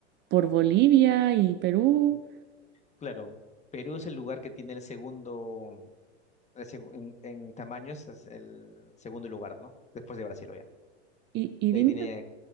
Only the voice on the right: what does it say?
por Bolivia y Perú.
Y, y
dime,